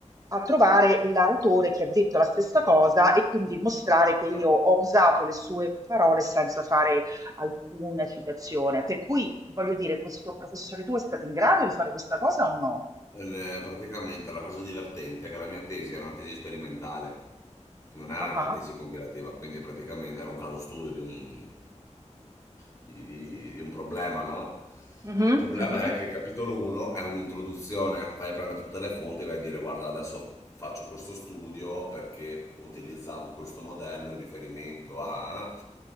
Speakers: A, on the right; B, on the left.
A: a trovare l'autore che ha detto la stessa cosa e quindi mostrare che
B: certo.
A: io ho usato le sue parole senza fare alcuna citazione. Per cui, voglio dire, questo professore tuo è stato in grado di fare questa cosa o no?
B: Eh, praticamente la cosa divertente è che la mia tesi era una tesi sperimentale. Non era
A: Ah,
B: un'analisi
A: ah.
B: compilativa, quindi praticamente era un caso studio di un, di, di- di un problema, no?
A: Mhm,
B: Il problema
A: mhm,
B: è che il capitolo 1 è un'introduzione, fai prendere tutte le fonti e vai a dire guarda adesso faccio questo studio perché utilizzando questo modello in riferimento a...